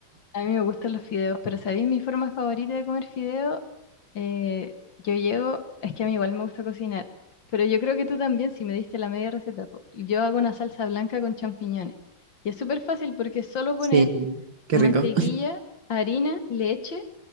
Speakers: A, on the left; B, on the right.
A: A mí me gustan los fideos, pero ¿sabéis mi forma favorita de comer fideo? Eh, yo llego, es que a mí igual me gusta cocinar, pero yo creo que tú también, si me diste la media receta, po. yo hago una salsa blanca con champiñones. Y es súper fácil porque es solo poner
B: Sí, qué
A: mantequilla,
B: rico.
A: harina, leche,